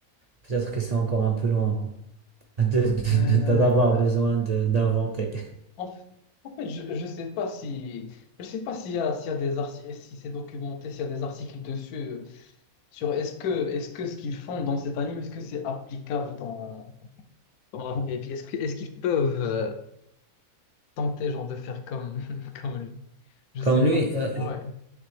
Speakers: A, on the right; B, on the left.
A: peut-être que c'est encore un peu loin de- de-
B: Euh,
A: de- d'avoir besoin de- d'inventer.
B: en, f- en fait, je ne sais pas si je sais pas s'il y a, s'il y a des articles, si c'est documenté, s'il y a des articles dessus euh, sur est-ce que est-ce que ce qu'ils font dans cet anime, est-ce que c'est applicable dans, dans la vraie vie? Est-ce que- est-ce qu'ils peuvent euh, tenter genre de faire comme <laughs> comme lui? Je
A: Comme
B: sais
A: lui,
B: pas.
A: euh,
B: Ouais.